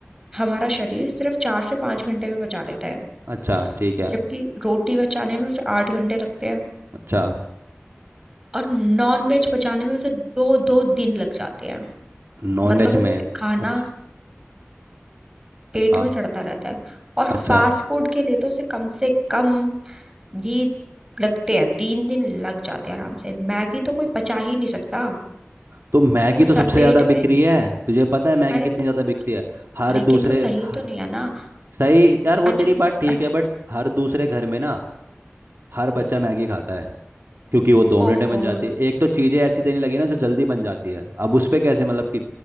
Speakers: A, on the right (about 15°); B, on the right (about 60°).
A: हमारा शरीर सिर्फ चार से पांच घंटे में पचा लेता है
B: अच्छा ठीक है
A: जबकि रोटी बचाने में उसे आठ घंटे लगते हैं
B: अच्छा
A: और नॉन वेज पचाने में उसे दो दो दिन लग जाते हैं
B: नॉन
A: मतलब
B: वेज
A: वो पे-
B: में
A: खाना
B: अच्छा
A: पेट
B: हाँ
A: में सड़ता रहता है और फास्ट
B: अच्छा
A: फूड के लिए तो उसे कम से कम भी लगते हैं तीन दिन लग जाते हैं आराम से मैगी तो कोई पचा ही नहीं सकता
B: तो मैगी
A: वो स-
B: तो सबसे
A: पेट
B: ज्यादा बिक
A: में
B: रही है तुझे पता है मैगी
A: अरे
B: कितनी
A: वो
B: ज्यादा बिकती है हर
A: लेकिन
B: दूसरे
A: वो सही
B: ह-
A: तो नहीं है ना
B: सही यार वो
A: अच्छा
B: तेरी बात ठीक
A: अच्छा
B: है बट हर दूसरे घर में ना हर बच्चा मैगी खाता है क्योंकि वो दो मिनट
A: ओफो
B: में बन जाती है एक तो चीजें ऐसी देने लगी ना जो जल्दी बन जाती है अब उस पे कैसे मतलब कि